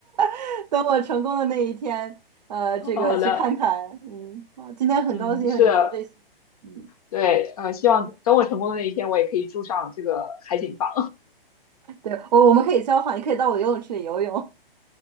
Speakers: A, on the right (about 45°); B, on the left (about 40°).
A: <laughs> 等我成功的那一天，呃，这个去看看。
B: <laughs> 好的，
A: 嗯，好，今天很高兴和你聊这些。
B: 嗯，是的，
A: 嗯，
B: 对，呃，希望等我成功的那一天，我也可以住上这个海景房。
A: 对，我我们可以交换，你可以到我的游泳池里游泳。